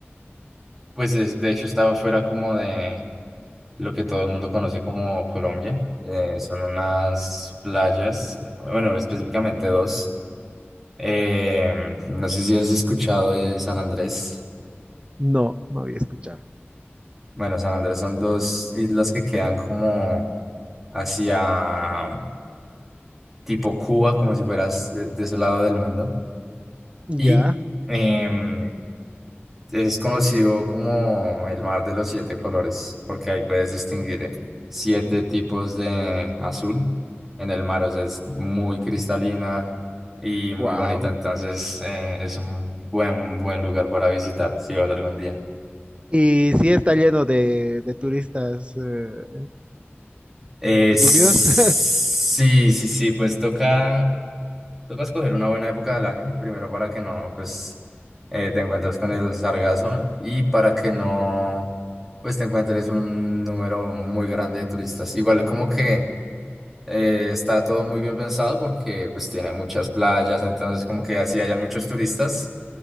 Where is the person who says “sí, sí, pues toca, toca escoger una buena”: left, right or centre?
Centre